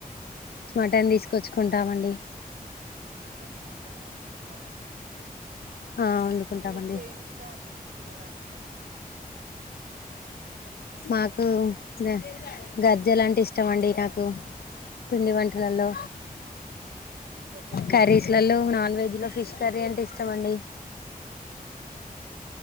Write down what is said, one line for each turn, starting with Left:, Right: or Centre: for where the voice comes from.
Right: ఉహు.
Left: మటన్ తీసుకొచ్చు కుంటామండి
Right: మటన్ దెచ్చుకుని ఒండుకుంటారా
Left: ఆ వండుకుంటామండి
Right: మీరు ఎక్కువ ఏమి ఇష్టమండి మీకు తినడానికి
Left: మాకు గ గజ్జలంటె ఇష్టం అండి నాకు పిండి వంటలల్లో
Right: ఉహు అవునా గజ్జలు బాగా
Left: కర్రీస్లల్లోలో
Right: తింటారా
Left: నాన్ వెజ్ లో ఫిష్ కర్రీ అంటే ఇష్టం అండి
Right: ఉంహు